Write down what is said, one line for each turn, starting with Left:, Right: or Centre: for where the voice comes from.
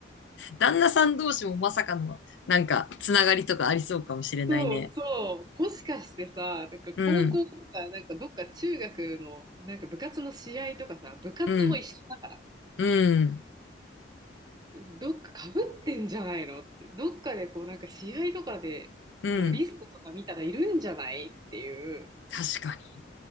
Left: 旦那さん同士もまさかの、なんか、つながりとかありそうかもしれないね。
Right: そうそう。もしかしてさ、なんか高校とか、
Left: うん、
Right: なんかどっか中学の、なんか部活の試合とかさ、部活も一緒だ
Left: うん、うん、
Right: どっか被ってんじゃないのって、どっかでこうなんか試合とかでのリストとか見たらいるんじゃないっていう。
Left: うん。確かに。